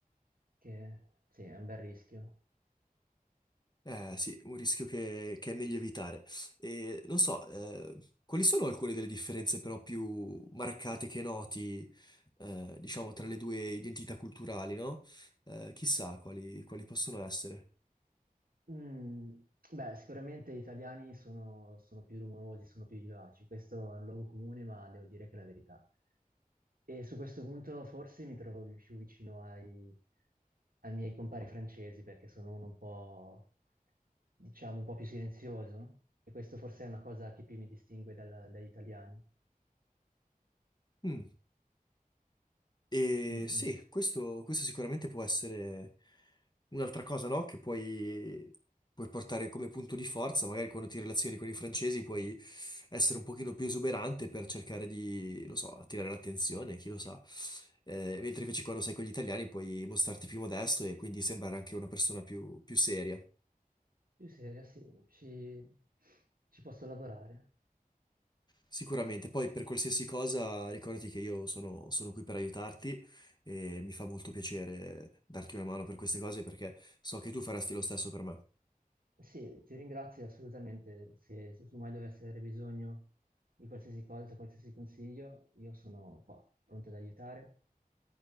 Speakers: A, on the right; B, on the left.
A: che sì, è un bel rischio.
B: Eh sì, un rischio che, che è meglio evitare. E non so, eh, quali sono alcune delle differenze però più marcate che noti, eh, diciamo, tra le due identità culturali, no? Eh, chissà quali, quali possono essere.
A: Mm, beh, sicuramente gli italiani sono, sono più rumorosi, sono più vivaci, questo è un luogo comune, ma devo dire che è la verità. E su questo punto forse mi trovo più vicino ai, ai miei compari francesi, perché sono uno un po', diciamo, un po' più silenzioso, e questo forse è una cosa che più mi distingue dal- dagli italiani.
B: Mm. E
A: Mm,
B: sì,
A: mm.
B: questo, questo sicuramente può essere un'altra cosa, no? Che puoi, puoi portare come punto di forza, magari quando ti relazioni con i francesi puoi essere un pochino più esuberante per cercare di, non so, attirare l'attenzione, chi lo sa. Eh, mentre invece quando sei con gli italiani puoi mostrarti più modesto e quindi sembrare anche una persona più, più seria.
A: Io sì, ragazzi, ci, ci posso lavorare.
B: Sicuramente, poi per qualsiasi cosa ricordati che io sono, sono qui per aiutarti e mi fa molto piacere darti una mano per queste cose perché so che tu faresti lo stesso per me.
A: Sì, ti ringrazio assolutamente. Se, se tu mai dovessi avere bisogno di qualsiasi cosa, qualsiasi consiglio, io sono qua, pronto ad aiutare